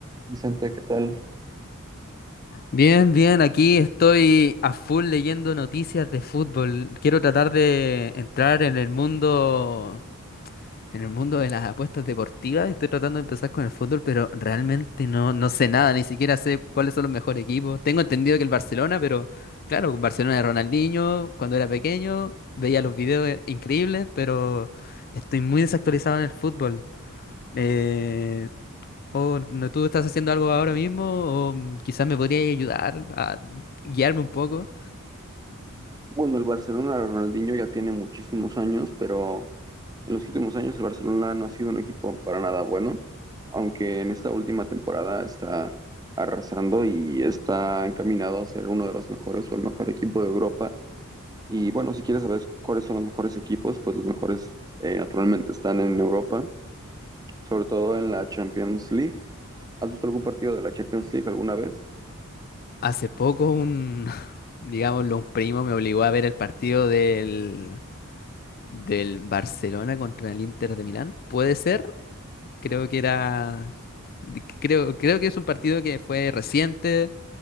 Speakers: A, on the right (about 20°); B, on the left (about 45°).
A: Vicente, ¿qué tal?
B: Bien, bien, aquí estoy a full leyendo noticias de fútbol. Quiero tratar de entrar en el mundo, en el mundo de las apuestas deportivas. Estoy tratando de empezar con el fútbol, pero realmente no, no sé nada, ni siquiera sé cuáles son los mejores equipos. Tengo entendido que el Barcelona, pero claro, Barcelona de Ronaldinho, cuando era pequeño, veía los videos eh, increíbles, pero estoy muy desactualizado en el fútbol. Eh, o no, tú estás haciendo algo ahora mismo, o mm, quizás me podrías ayudar a guiarme un poco.
A: Bueno, el Barcelona de Ronaldinho ya tiene muchísimos años, pero en los últimos años el Barcelona no ha sido un equipo para nada bueno, aunque en esta última temporada está arrasando y está encaminado a ser uno de los mejores o el mejor equipo de Europa. Y bueno, si quieres saber cuáles son los mejores equipos, pues los mejores eh, naturalmente están en Europa, sobre todo en la Champions League. ¿Has visto algún partido de la Champions League alguna vez?
B: Hace poco un, <laughs> digámoslo, un primo me obligó a ver el partido del, del Barcelona contra el Inter de Milán. ¿Puede ser? Creo que era... de- Creo, creo que es un partido que fue reciente,